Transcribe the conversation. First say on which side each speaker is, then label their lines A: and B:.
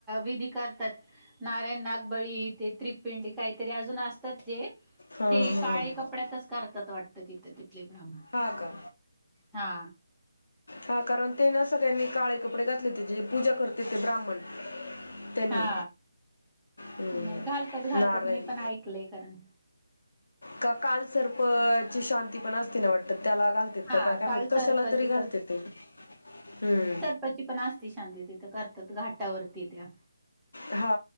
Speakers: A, in the centre; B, on the left.
A: विधी करतात नारायण नागबळी तेे त्रिप्पिंडी काहीतरी अजून असत ते
B: हा
A: ते
B: हा
A: काळे कपड्यातच करतात वाटतं तिथे तिथले ब्राह्मण
B: हा का
A: हा
B: हा कारण ते ना सगळ्यांनी काळे कपडे घातले जे पूजा करत तिथे ब्राह्मण त्यांनी
A: हा
B: हम्म,
A: नाही घालतात घालतात
B: नारायण
A: मी पण ऐकलंय कारण
B: का कालसर्पची शांती पण असती ना वाटत त्याला घालतेत का
A: हा
B: काय
A: काल
B: माहित, कशाला
A: सर्पाची
B: तरी घालत्या ते हम्म
A: पची पण असती शांती तिथं करतात घाटावरती त्या.
B: हा